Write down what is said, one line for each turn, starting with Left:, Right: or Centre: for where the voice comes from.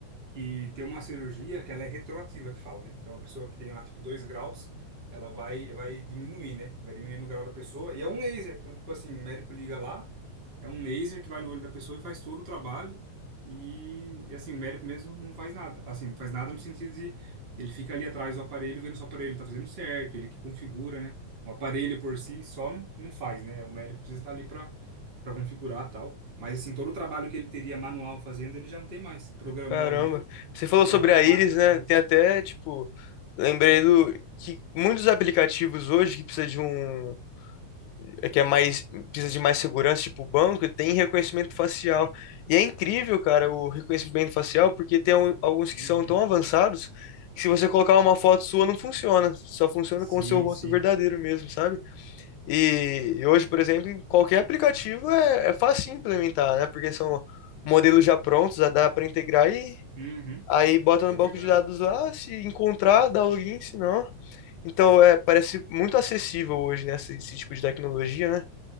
Right: que tem uma cirurgia que ela é retroativa, que fala, né? Então, a pessoa que tem lá, tipo, dois graus, ela vai, vai diminuir, né? Vai diminuindo o grau da pessoa. E é um laser. Então, tipo assim, o médico liga lá, é um laser que vai no olho da pessoa e faz todo o trabalho. E, e, assim, o médico mesmo não faz nada. Assim, não faz nada no sentido de ele fica ali atrás do aparelho, vendo se o aparelho tá fazendo certo, ele que configura, né? O aparelho por si só não, não faz, né? O médico precisa estar ali para para configurar tal. Mas, assim, todo o trabalho que ele teria manual fazendo, ele já não tem mais. Programou
Left: Caramba.
Right: ali,
Left: Você falou
Right: a
Left: sobre
Right: própria
Left: a Iris,
Right: máquina
Left: né?
Right: faz.
Left: Tem até, tipo, lembrei do que muitos aplicativos hoje que precisa de um, é que é mais, precisa de mais segurança, tipo o banco, tem reconhecimento facial. E é incrível, cara, o reconhecimento facial, porque tem um- alguns
Right: Uhum.
Left: que são tão avançados que se você colocar uma foto sua não funciona, só funciona
Right: Sim,
Left: com o seu rosto
Right: sim.
Left: verdadeiro mesmo, sabe? E, e hoje, por exemplo, em qualquer aplicativo é, é fácil implementar, né? Porque são modelos já prontos, dá para integrar e
Right: Uhum.
Left: Aí bota
Right: É
Left: no
Right: verdade.
Left: banco de dados lá, se encontrar, dá login, se não. Então, é, parece muito acessível hoje, né, esse, esse tipo de tecnologia, né?